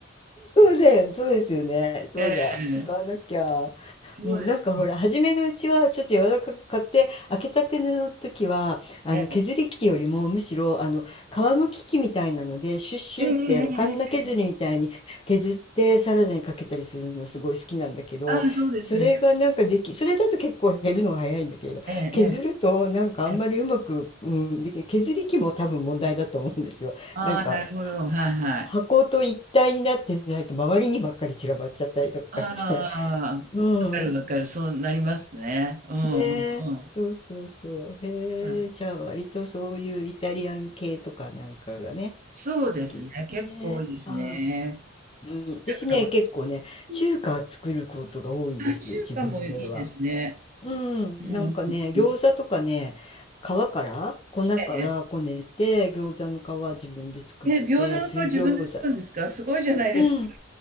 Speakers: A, on the left; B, on the right.
A: ね、そうですよね。そうだ。
B: え
A: 使わなきゃ。
B: えそうです
A: うん、なんかほら、初めのうちはちょっと柔らかく買って、開けたての時は、あの、
B: ね。
A: 削り器よりもむしろ、あの、皮むき器みたいなので、シュッシュって、
B: ええええええ
A: あの、カンナ削りみたいに、削ってサラダにかけたりするのすごい好きなんだけど、
B: ああ、そうですね。
A: それがなんかでき、それだと結構減るのが早いんだけど、
B: えええ
A: 削るとなんかあんまりうまく、
B: えええ
A: うん、でき、削り器も多分問題だと思うんですよ。
B: ああ、
A: なんか
B: なるほど。はいはい。
A: 箱と一体になってないと周りにばっかり散らばっちゃったりとかして。
B: ああ、
A: うん。
B: わかるわかる。そうなりますね。うんうん
A: ねえ。そうそうそう。
B: うん。
A: へえ。
B: うん
A: じゃあ割とそういうイタリアン系とかなんかがね、
B: そうですね。
A: 好きですね。
B: 結構多いですね。
A: はい。うん、私ね、
B: だから、和
A: 結構ね、
B: 風
A: 中華作ることが多いです、
B: あ中華もいいですね。
A: 自分では。うん、
B: うんうんうんうん。
A: なんかね、餃子とかね、皮から粉からこねて、
B: ええ
A: 餃子の皮自分で作って、
B: え餃子の皮自分で作るんですか？
A: 水餃子。
B: すごいじゃないですか。
A: うん